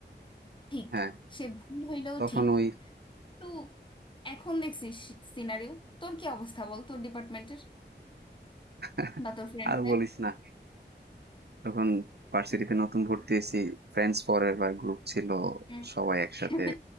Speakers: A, on the left; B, on the right.
A: ঠিক
B: হ্যাঁ
A: সে ভুল হইলেও
B: তখন
A: ঠিক
B: ওই
A: তো এখন দেখছি সিনারিও তোর কি অবস্থা বল তোর ডিপার্টমেন্টের
B: <laughs>
A: বা তোর ফ্রেন্ডসদের
B: আর বলিস না যখন ভার্সিটিতে নতুন ভর্তি হয়েছি ফ্রেন্ডস ফরেভার বা গ্রুপ ছিল
A: হুম।
B: সবাই একসাথে
A: <laughs>